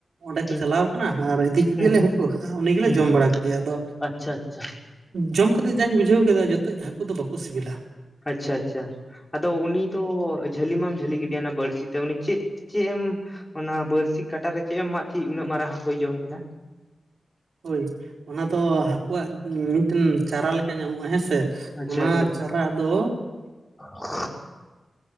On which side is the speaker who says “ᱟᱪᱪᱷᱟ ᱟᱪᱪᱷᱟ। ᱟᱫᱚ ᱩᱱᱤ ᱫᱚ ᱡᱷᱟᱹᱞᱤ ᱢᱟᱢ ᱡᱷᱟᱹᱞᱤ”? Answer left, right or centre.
Left